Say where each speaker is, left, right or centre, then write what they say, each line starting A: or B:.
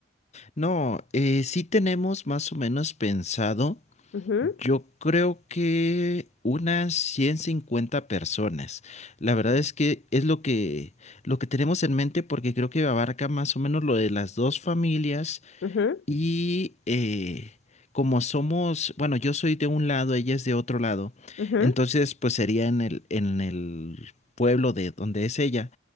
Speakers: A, on the left; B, on the left.
A: No, eh, sí tenemos más o menos pensado.
B: Ujú.
A: Yo creo que unas 150 personas. La verdad
B: Sí.
A: es que es lo que, lo que tenemos en mente porque creo que abarca más o menos lo de las dos familias
B: Ujú,
A: y eh, como somos, bueno, yo soy de un lado, ella es de otro lado,
B: ujú,
A: entonces pues sería en el, en el pueblo de donde es ella